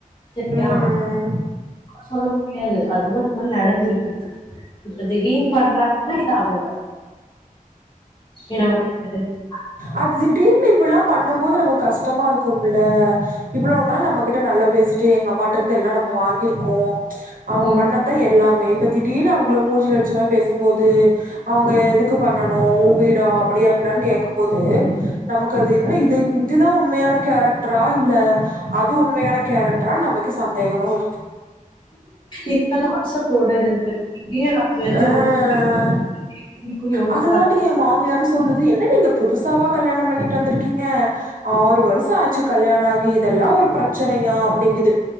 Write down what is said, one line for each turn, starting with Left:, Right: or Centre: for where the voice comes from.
Left: செரியா
Right: ம்
Left: சொல்ல முடியாது அதுவு நடந்துருக்குது இப்ப திடீர்ன் பண்றாங்கனா இது அவுங்கதா என்ன வது <unintelligible>
Right: அது திடீர்னு இப்ப எல்லா பண்ண பண்ணும் போது நமக்கு கஷ்டமா இருக்கும்ல இவ்ளவு நாள் நம்ம கிட்ட நல்லா பேசிட்டு டேய் எங்க அம்மா கிட்ட இருந்து எல்லா நம்ம வாங்கியிருக்கோம் ப்ச் அவங்க
Left: ம்
Right: பண்ண தான் எல்லாமே இப்ப திடீனு அவங்கள மூஞ்சு லட்சமாரி பேசு ம் போது அவங்க எதுக்கு பண்ணனும் வீடா அப்படியா இப்படியானு கே போது நமக்கு அது என்ன இது இதுதான் உண்மையான கேரக்டரா இல்ல அது உண்மையான கேரக்டரா நமக்கு சந்தேகமா வரு
Left: இத்தன வருச கூட இருந்து <unintelligible>
Right: ஆ
Left: யோசிச்சு
Right: அத
Left: பாரு
Right: தாண்டி என் மாமியாரும் சொல்லுது. "என்ன நீங்க புதுசாவா கல்யாணம் பண்ணிட்டு வந்திருக்கீங்க ஆறு வருஷம் ஆச்சு கல்யாணம் ஆகி இதெல்லா ஒரு பிரச்சனையா அப்படிங்குது